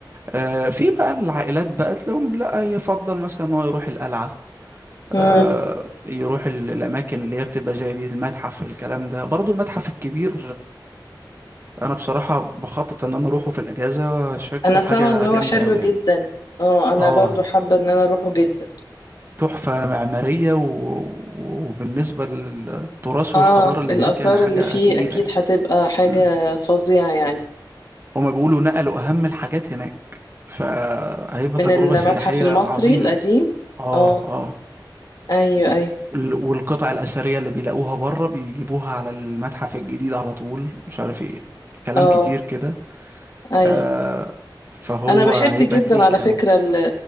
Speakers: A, on the right; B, on the left.
A: آه في بقى العائلات بقى تلاقيهم لا يفضل مثلا إن هو يروح القلعة
B: مم.
A: آه يروح ال- الأماكن اللي هي بتبقى زي دي المتحف الكلام ده برضو المتحف الكبير انا بصراحه بخطط ان انا اروحه في الاجازه شكله
B: انا سامعه
A: حاجه
B: ان هو
A: جامده
B: حلو
A: قوي
B: جدا
A: يعني
B: اه انا
A: اه
B: برضو حابه ان انا اروحه جدا
A: تحفه معماريه و... وبالنسبه للتراث
B: اه
A: والحضاره اللي
B: الاثار
A: هناك يعني حاجه
B: اللي فيه
A: تقيله
B: اكيد
A: يعني
B: هتبقى حاجه
A: مم.
B: فظيعه يعني
A: هما بيقولوا نقلوا اهم الحاجات هناك فهيبقى
B: من
A: تجربه
B: المتحف
A: سياحيه
B: المصري
A: عظيمه
B: القديم
A: يعني اه
B: اه
A: اه
B: ايوه ايوه
A: ال- والقطع الاثريه اللي بيلاقوها بره بيجيبوها على المتحف الجديد على طول مش عارف ايه كلام
B: اه
A: كتير كده
B: ايوه
A: آه فهو
B: انا بحب
A: هيبقى
B: جدا
A: تقيل
B: على فكره
A: قوي
B: ال-